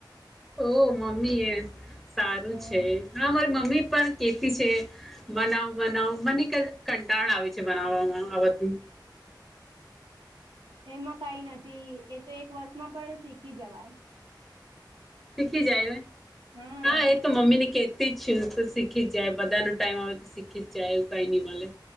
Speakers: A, in the centre; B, on the right (about 80°).
A: ઓહ મમ્મી એ. સારું
B: હમ
A: છે હા મારી મમ્મી મમ્મી પણ કેતી છે બનાવ બનાવ મને કન કંટાળ આવે છે બનાવવામાં આ બધું.
B: એમાં કાંઈ નથી એ તો એક વર્ષમાં પણ શીખી જવાય.
A: શીખી જાયને?
B: હમ
A: હા, એ તો મમ્મીને કે તી જ છું. એ તો શીખી જ જાય. બધાનો ટાઈમ આવે તો શીખી જ જાય એવું કાંઈ નહી મલે.